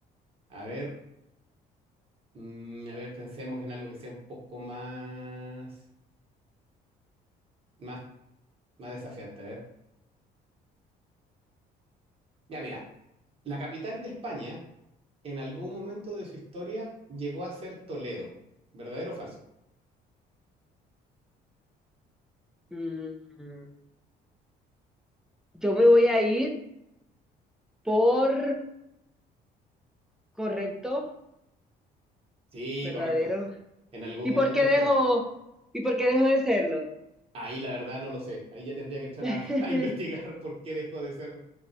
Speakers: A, on the right; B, in the centre.
A: A ver, mm, a ver, pensemos en algo que sea un poco más, más, más desafiante. A ver. Ya, mira, la capital de España en algún momento de su historia llegó a ser Toledo. ¿Verdadero o falso?
B: Mm, yo me voy a ir por correcto,
A: Sí,
B: verdadero.
A: correcto. En algún
B: ¿Y
A: momento
B: por qué dejó,
A: fue.
B: y por qué dejó de serlo?
A: Ahí la verdad no lo sé. Ahí ya tendría que entrar
B: <laughs>
A: a, <laughs> a investigar por qué dejó de ser